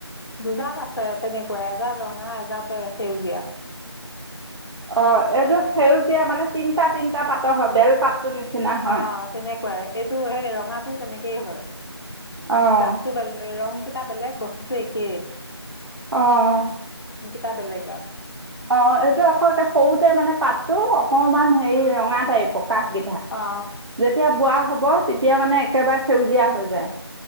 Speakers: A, on the left; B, on the right.
A: দুজাত আছে তেনেকুৱা এজাত ৰঙা এজাত সেউজীয়া
B: অ এইটো সেউজীয়া মানে তিনটা তিনটা পাতৰ হয় বেল পাতটো নিচিনা হয়
A: অ তেনেকুৱাই এইটো সেই ৰঙাটো তেনেক কুৱা হয়
B: অঁ
A: পাততো বেল ৰং কেইটা বেলেগ বস্তুতটো একেই
B: আহ
A: টা বেলেগ আৰু
B: অ এইটো আকৌ সৰুতে মানে পাতটো অকমান হেৰি ৰঙা টাইপৰ কাষ কেইটা
A: অ
B: যেতিয়া বুঢ়া হ'ব তেতিয়া মানে একেবাৰে সেউজীয়া হৈ যায়